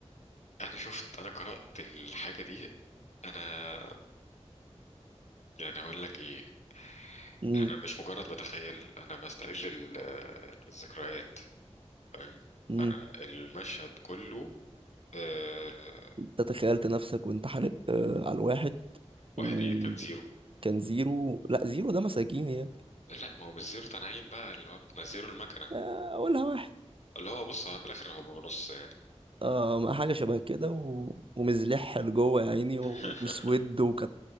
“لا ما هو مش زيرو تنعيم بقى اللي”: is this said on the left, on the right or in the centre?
Left